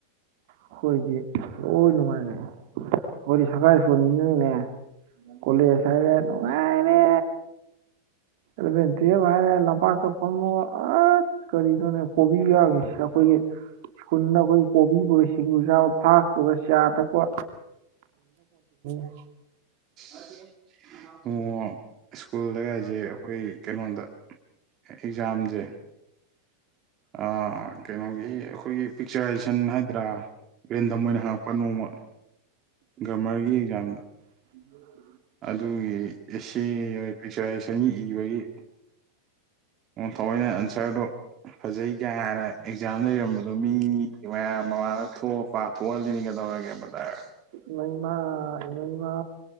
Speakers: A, on the right; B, on the right.
A: ꯑꯈꯣꯏꯗꯤ ꯂꯣꯏ ꯅꯨꯡꯉꯥꯏꯔꯛꯑꯦ꯫ ꯑꯈꯣꯏꯗꯤ ꯁꯒꯥꯔꯒꯤ ꯁꯀ꯭ꯨꯜ ꯅꯤꯅꯅꯦ ꯀꯣꯂꯦꯖ ꯍꯥꯏꯔꯦ ꯅꯨꯡꯉꯥꯏꯔꯦ꯫ ꯑꯗꯨꯗꯩ ꯇꯨꯌꯦꯞ ꯍꯥꯏꯔꯦ ꯂꯝꯄꯥꯛꯇ ꯐꯝꯃꯒ ꯑꯁ꯫ ꯀꯔꯤꯅꯣꯅꯦ ꯀꯣꯕꯤꯒ ꯑꯈꯣꯏꯒꯤ ꯁ꯭ꯀꯨꯜꯗ ꯑꯈꯣꯏ ꯀꯣꯕꯤ ꯄꯨꯔ ꯁꯤꯡꯖꯨ ꯆꯥꯕ ꯐꯂꯥꯁ ꯄꯨꯔ ꯆꯥ ꯊꯛꯄ <unintelligible>
B: ꯑꯁ ꯑꯣ ꯁ꯭ꯀꯨꯜꯗꯒꯖꯦ ꯑꯈꯣꯏ ꯀꯩꯅꯣꯗ ꯑꯦꯛꯖꯥꯝꯖꯦ ꯑ ꯀꯩꯅꯣꯒꯤ ꯑꯈꯣꯏꯒꯤ꯫ ꯄꯤꯛꯆꯔꯥꯏꯖꯤꯁꯟ ꯍꯥꯏꯗ꯭ꯔꯥ ꯔꯦꯟꯗꯝ ꯑꯣꯏꯅ ꯍꯪꯉꯛꯄ ꯅꯣꯡꯃ ꯒ꯭ꯔꯃꯔꯒꯤ ꯑꯦꯛꯖꯥꯝ
A: <inaudible>
B: ꯑꯗꯨꯒꯤ <unintelligible> ꯄꯤꯛꯆꯔꯥꯏꯖꯤꯁꯟꯒꯤ ꯏꯕꯒꯤ ꯑꯣ ꯊꯋꯣꯏꯅ ꯑꯟꯁꯔꯗꯣ ꯐꯖꯩ ꯒꯥ <unintelligible> ꯍꯥꯏꯅ ꯑꯦꯛꯖꯥꯝꯗ ꯏꯔꯝꯕꯗꯣ ꯃꯤ <unintelligible> ꯃꯌꯥꯝ ꯃꯃꯥꯡꯗ ꯊꯣꯛ ꯄꯥꯊꯣ <unintelligible> ꯅꯤ <unintelligible> ꯔꯒꯦ <unintelligible> ꯗꯔ
A: ꯏꯃꯩ ꯃꯥ ꯏꯃꯩ ꯃꯥ